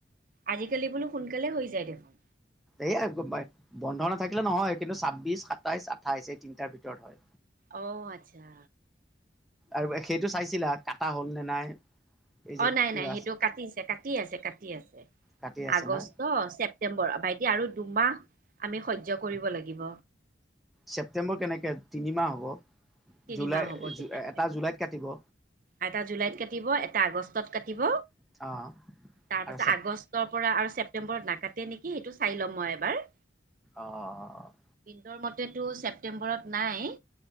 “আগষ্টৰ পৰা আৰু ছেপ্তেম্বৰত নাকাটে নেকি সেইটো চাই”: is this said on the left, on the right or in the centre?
Right